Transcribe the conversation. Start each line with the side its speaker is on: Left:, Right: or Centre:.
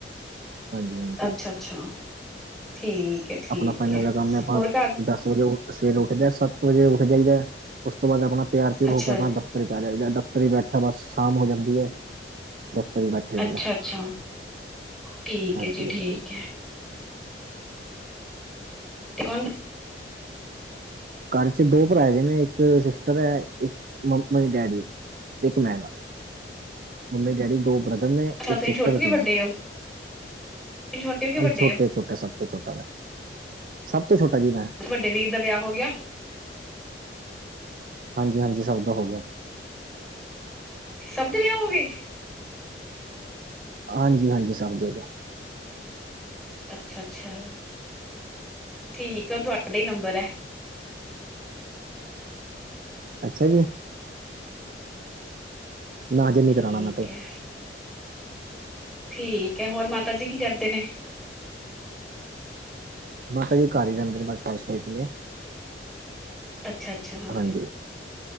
Right: ਹਾਂਜੀ-ਹਾਂਜੀ
Centre: ਅੱਛਾ-ਅੱਛਾ ਠੀਕ ਹੈ ਠੀਕ
Right: ਆਪਣਾ ਫਾਈਨੈਂਸ
Centre: ਹੈ
Right: ਦਾ ਕੰਮ ਐ। ਆਪਾ
Centre: ਹੋਰ ਘਰ
Right: ਦਸ ਵਜੇ ਸਵੇਰੇ ਉੱਠ ਦੇ ਆ ਸੱਤ ਵਜੇ ਉੱਠ ਜਾਈ ਦਾ ਉਸ ਤੋਂ ਬਾਅਦ ਆਪਣਾ ਤਿਆਰ ਤੁਇਰ
Centre: ਅੱਛਾ
Right: ਹੋ ਕੇ ਆਪਣਾ
Centre: ਜੀ
Right: ਦ ਦਫ਼ਤਰ 'ਚ ਆ ਜਾਈ ਦਾ। ਦਫ਼ਤਰ ਬੈਠਾ ਬਸ ਸ਼ਾਮ ਹੋ ਜਾਂਦੀ ਐ। ਦਫ਼ਤਰ ਤੇ ਬੈਠੇ ਰਹੀ‌
Centre: ਅੱਛਾ-ਅੱਛਾ
Right: ਦਾ
Centre: ਠੀਕ
Right: ਹਾਂਜੀ-ਹਾਂਜੀ।
Centre: ਹੈ ਜੀ ਠੀਕ ਹੈ ਤੇ ਕੌਣ
Right: ਘਰ 'ਚ ਦੋ ਭਰਾ ਹੈਗੇ ਨੇ। ਇੱਕ ਸਿਸਟਰ ਐ ਇੱਕ ਮੰਮੀ-ਡੈਡੀ। ਇੱਕ ਮੈਂ ਗਾ, ਮੰਮੀ-ਡੈਡੀ, ਦੋ ਬ੍ਰਦਰ ਨੇ।
Centre: ਅੱਛਾ
Right: ਇੱਕ
Centre: ਤੁਸੀਂ
Right: ਸਿਸਟਰ
Centre: ਛੋਟੇ ਹੋ
Right: ਇੱਕ
Centre: ਕਿ ਵੱਡੇ
Right: ਮੈਂ
Centre: ਹੋ ਛੋਟੇ ਹੋ ਕਿ ਵੱਡੇ
Right: ਛੋਟੇ-ਛੋਟੇ
Centre: ਹੋ
Right: ਸਭ ਤੋਂ ਛੋਟਾ ਮੈ ਸਭ ਤੋਂ ਛੋਟਾ ਜੀ ਮੈਂ।
Centre: ਵੱਡੇ ਵੀਰ ਦਾ ਵਿਆਹ ਹੋ ਗਿਆ।
Right: ਹਾਂਜੀ-ਹਾਂਜੀ ਸਭ ਦਾ ਹੋ ਗਿਆ।
Centre: ਸਭ ਦੇ ਵਿਆਹ ਹੋ ਗਏ?
Right: ਹਾਂਜੀ-ਹਾਂਜੀ, ਸਬਦੇ ਹੋ ਗਏ।
Centre: ਅੱਛਾ-ਅੱਛਾ ਠੀਕ ਆ। ਹੁਣ ਆਪਣਾ ਈ ਨੰਬਰ ਐ।
Right: ਅੱਛਾ ਜੀ। ਨਾ ਅਜੇ ਨੀ
Centre: ਠੀਕ
Right: ਕਰਾਉਣਾ ਮੈਂ ਤੇ।
Centre: ਹੈ ਠੀਕ ਐ, ਹੋਰ ਮਾਤਾ ਜੀ ਕੀ ਕਰਦੇ ਨੇ?
Right: ਮਾਤਾ ਜੀ ਘਰ ਈ ਰਹਿੰਦੇ ਨੇ ਬਸ ਸ ਸਈ ਸੁ।
Centre: ਅੱਛਾ-ਅੱਛਾ।
Right: ਹਾਂਜੀ